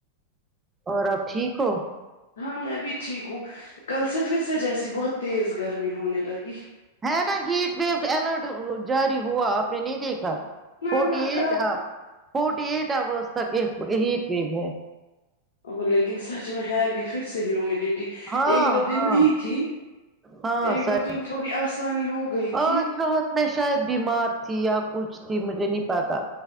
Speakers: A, on the right; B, on the left.
A: اور آپ ٹھیک ہو
B: ہاں میں بھی ٹھیک ہوں کل سے پھر سے جیسی بہت تیز گرمی ہونے لگی
A: ہے نا ہیٹ ویو الرٹ جاری ہوا آپ نے نہیں دیکھا
B: نہ
A: فورٹی
B: نہ
A: ایٹ
B: کب
A: فورٹی ایٹ اورس تک ہیٹ ویو ہے
B: ا لیکن سچ میں ہے بھی پھر سے ہمیڈیٹی
A: ہاں
B: ایک دو
A: ہاں
B: دن نہیں تھی
A: ہاں
B: ایک
A: سچ
B: دو دن تھوڑی آسانی ہو گئی تھی
A: آج رات میں شاید بیمار تھی یا کچھ تھی مجھے نہیں پاتا